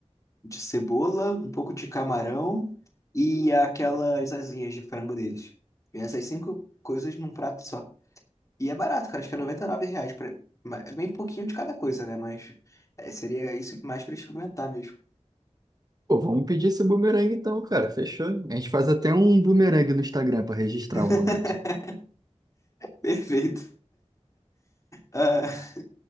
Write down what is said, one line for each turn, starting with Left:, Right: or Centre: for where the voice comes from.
Left: de cebola, um pouco de camarão e aquelas asinhas de frango deles. Vem essas cinco coisas num prato só. E é barato, cara. Acho que é 99 reais. Pra... ma- é Bem pouquinho de cada coisa, né? Mas é, seria isso mais pra experimentar mesmo.
Right: Pô, vamos pedir esse bumerangue então, cara. Fechou. A gente faz até um bumerangue no Instagram pra registrar
Left: <laughs>
Right: o momento.
Left: Perfeito. Ah,